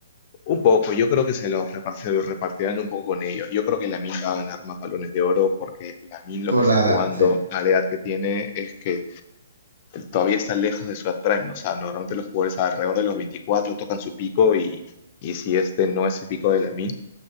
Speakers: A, on the left (about 40°); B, on the right (about 80°).
A: un poco, yo creo que se los repar- se los repartirán un poco con ellos. Yo creo que Lamine va a ganar más balones de oro porque Lamine lo
B: Por
A: que está
B: la
A: jugando
B: edad, sí.
A: a la edad que tiene es que todavía está lejos de su edad prime. O sea, normalmente los jugadores alrededor de los 24 tocan su pico y, y si este no es el pico de Lamine,